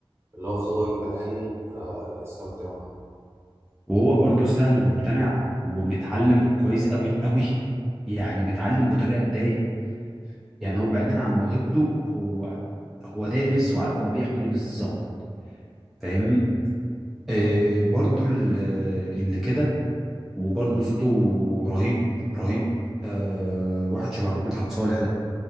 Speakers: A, on the right (about 25°); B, in the centre.
A: اللي هو خدوها يا جدعان آه، استمتعوا
B: وهو برضه سهل ممتنع ومتعلم كويس قوي قوي يعني متعلم بطريقه تضايق
A: مم،
B: يعني هو بعيدا عن موهبته هو هو دارس وعارف هو بيعمل ايه بالظبط فاهمني آه برضه اللي كده وبرضه صوته رهيب رهيب آه واحد شبه مدحت صالح ده